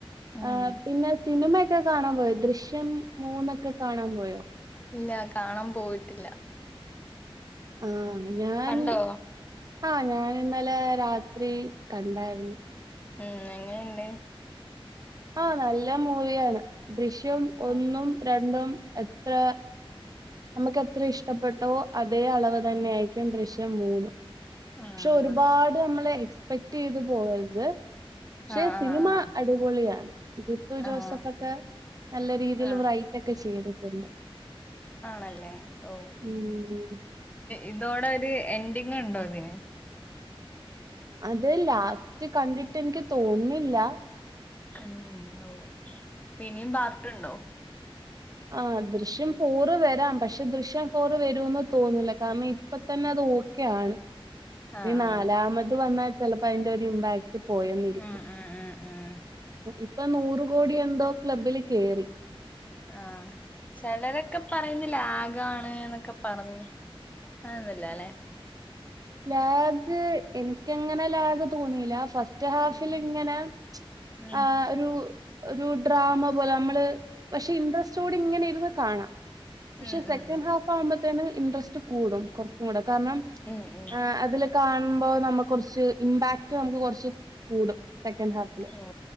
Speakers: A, on the left (about 15°); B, on the right (about 40°).
A: ഉം
B: ആ പിന്നെ സിനിമയൊക്കെ കാണാൻ പോയോ ദൃശ്യം മൂന്നൊക്കെ കാണാൻ പോയോ
A: ഇല്ല കാണാൻ പോയിട്ടില്ല
B: ആ ഞാൻ
A: കണ്ടോ
B: ആ ഞാൻ ഇന്നലെ രാത്രി കണ്ടായിരുന്നു
A: ഉം എങ്ങനെുണ്ട്
B: ആഹ നല്ല മൂവിയാണ് ദൃശ്യം ഒന്നും
A: ആഹ്
B: രണ്ടും എത്ര നമുക്ക് എത്ര ഇഷ്ടപ്പെട്ടവോ അതേ അളവ് തന്നെ ആായിരിക്കും ദൃശ്യം മൂന്നു
A: ആഹ്
B: പക്ഷെ ഒരുപാട് നമ്മള് എക്സ്പെക്ട് ചെയ്ത് പോകരുത് പക്ഷെ
A: ആഹ് ആഹ്
B: സിനിമ അടിപൊളിയാണ് ജിത്തു ജോസഫ്
A: ആഹ്
B: ഒക്കെ നല്ല രീതിയിൽ
A: ആഹ് ആഹ്
B: റൈറ്റ് ഒക്കെ ചെയ്തിട്ടുണ്ട്
A: ആണല്ലേ ഓ
B: ഉം
A: ഇതോടെ ഒരു എന്ഡിങ് ഉണ്ടോ ഇതിന്
B: അത് ലാസ്റ്റ് കണ്ടിട്ട് എനിക്ക് തോന്നില്ല
A: കന്ന ഓ പിന്നും പാർട്ടുണ്ടോ
B: ആഹ ദൃശ്യം ഫോർ വരാം പക്ഷെ ദൃശ്യം ഫോറ് വരൂന്ന് തോന്നില്ല കാരണം ഇപ്പ തന്നെ അത് ഓക്കെയാണ്
A: ആഹ്
B: ന നാലാമത്
A: ആഹ്
B: വന്നാ ചിലപ്പോ അതിന്റെ ഇമ്പാക്ട് പോയന്നിരിക്ക
A: ഉം ഉം ഉം ഉം
B: ഇപ്പൊ നൂറ് കോടി എന്തോ ക്ലബ്ബിൽ കേറി
A: ആഹ ചിലരൊക്കെ പറയുന്ന ലാഗാണ് എന്നൊക്കെ പറഞ്ഞു ആന്നല്ല അല്ലെ
B: ലാഗ് എനിക്ക എങ്ങനെ ലാഗ് തോന്നില്ല ഫസ്റ്റ് ഹാഫിൽ
A: ഉം
B: ഇങ്ങനെ
A: ഉം
B: ആ ഒരു ഒരു ഡ്രാമ പോലെ നമ്മള് പക്ഷെ ഇൻട്രസ്റ്റയോടെ ഇങ്ങനെ ഇരുന്ന് കാണാം പക്ഷെ
A: ഉം
B: സെക്കൻഡ്
A: ഉം ഉം
B: ഹാഫ് ആകുമ്പത്തേെ ഇൻട്രസ്റ്റ് കൂടും കുറച്ചും കൂടെ കാരണം
A: ഉം ഉം
B: ആ അതില് കാണുമ്പോ നമ്മുക്ക് കുറച്ച് ഇമ്പാക്ട് നമുക്ക് കുറച്ച് കൂടും സെക്കൻഡ് ഹാഫില്
A: ഓ